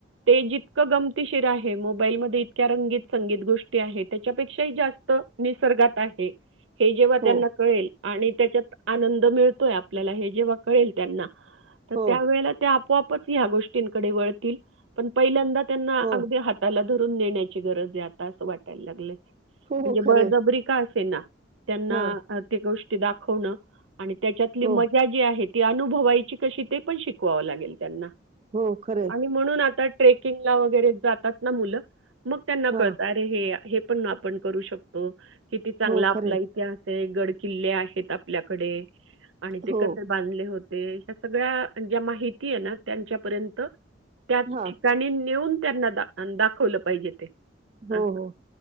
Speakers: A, on the right (about 80°); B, on the right (about 35°).
A: ते जितकं गमतीशीर आहे मोबाईलमध्ये इतक्या रंगीत संगीत गोष्टी आहे त्याच्यापेक्षाही जास्त निसर्गात आहे हे जेव्हा
B: हो
A: त्यांना कळेल आणि त्याच्यात आनंद मिळतोय आ आपल्याला हे जेव्हा कळेल त्यांना तर
B: हो
A: त्या वळेला ते आपोआपच ह्या गोष्टींकडे वळतील पण पहिल्यांदा त्यांना
B: हो
A: अगदी हात ताला धरून नेण्याची गरज आहे आता असं वाटायला लागलंय
B: हो
A: म्हणजे
B: हो खरे
A: बळजबरी का असे ना त्यांना
B: हां
A: ते गोष्टी दाखवणं आणि त्यांच्यातली
B: हो
A: मजा जी आहे ती अनुभवायची कशी ते पण शीकवावे लागेल त्यांना
B: हो खरे
A: आणि म्हणून आता ट्रेकिंगला वगैरे जातात ना मुलं मग त्यांना
B: हा
A: कळत अरे हे हे पण आपण करू शकतो हो किती चांगला
B: हो
A: आपला
B: खरे
A: इतिहास आहे गड किल्ले आहेत आपल्याकडे आणि ते
B: हो
A: कसे बांधले होते ह्या सगळ्या ज्या माहिती आहे ना त्यांच्या पर्यंत त्या
B: हा
A: ठिकाणी नेऊन त्यांना दा दाखवलं पाहिजे ते
B: हो
A: असं
B: हो